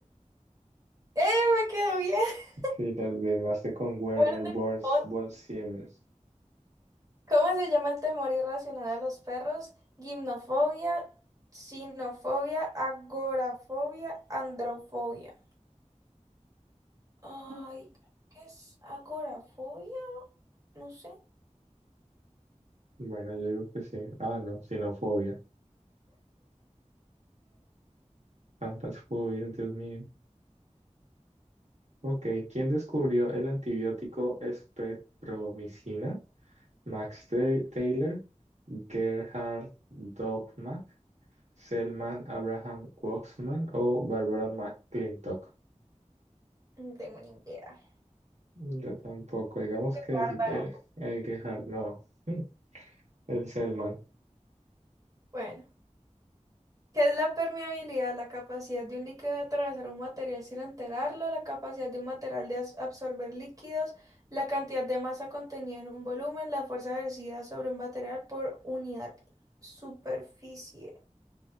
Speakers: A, on the right; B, on the right.
A: ¡Eh, me quedó bien! <laughs>
B: Sí, las demás con Werner
A: Cuerno de
B: von,
A: león.
B: von Siemens.
A: ¿Cómo se llama el temor irracional a los perros? Gimnofobia, sinofobia, agorafobia, androfobia. Ay,
B: Mm.
A: creo que es agorafobia, no sé,
B: Bueno, yo digo que sí. Ah, no, xenofobia. Tantas fobias, Dios mío. Ok, ¿quién descubrió el antibiótico espectromicina? Max Ta- Taylor, Gerhard Dogma. Selman Abraham Waxman o Barbara McClintock.
A: no tengo ni idea.
B: Yo tampoco, digamos
A: Qué
B: que
A: bárbara.
B: el, eh, el Gerhard no, Mm, el Selman.
A: Bueno, ¿qué es la permeabilidad? La capacidad de un líquido de atravesar un material sin enterarlo, la capacidad de un material de as- absorber líquidos, la cantidad de masa contenida en un volumen, la fuerza ejercida sobre un material por unidad superficie